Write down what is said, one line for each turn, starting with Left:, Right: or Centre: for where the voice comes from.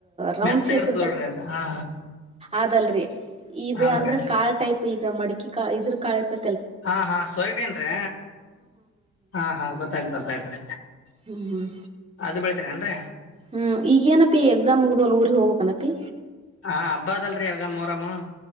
Right: ರೌಂಡ್
Left: ಮೆತ್ತಗಿರ್ತದ
Right: ಶೇಪ್
Left: ನೋಡ್ರಿ ಅದು ಹಾ
Right: ಅದಲ್ರೀ ಇದು
Left: ಹೌದ್ರಿ
Right: ಅಂದ್ರೆ ಕಾಲ್ ಟೈಪ್ ಈಗ ಮಡಿಕಿ ಕಾ ಇದ್ರ ಕಾಲರ್ದ
Left: ಹಾ ಹಾ ಸೋಯ್ಬೀನ್ ರೀ ಹಾ ಹಾ ಗೊತ್ತಾಯ್ತ ಗೊತ್ತಾಯ್ತ್ ರೀ
Right: ಹ್ಮ್ ಹ್ಮ್
Left: ಅದು ಬೆಳ್ತರ ಅಏನ್ರ
Right: ಹ್ಮ್ ಈಗೇನಪಿ ಎಕ್ಸಾಮ್ ಮುಗ್ದ್ಲ್ ಊರಿಗೆ ಹೋಗ್ಬೇಕನಪಿ
Left: ಹ ಹಬ್ಬ ಅದಲ್ರರಿ ಅವಾಗ ಮೋರಮ್ಮ